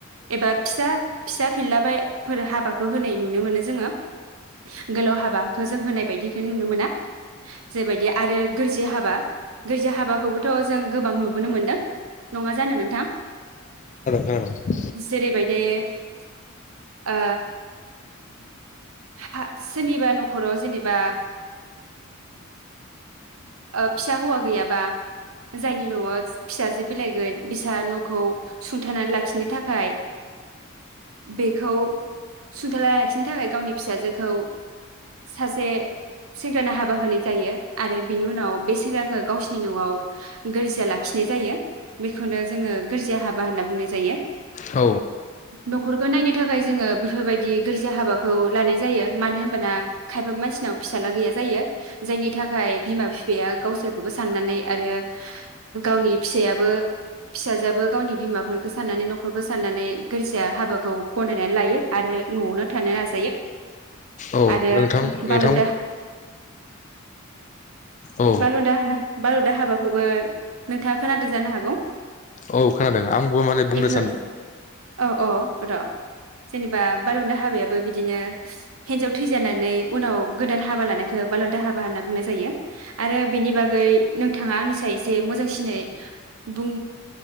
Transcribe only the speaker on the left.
खोनादों
औ
औ
नोंथां नोंथां
औ
औ खोनादों आंबो माने बुंनो
सान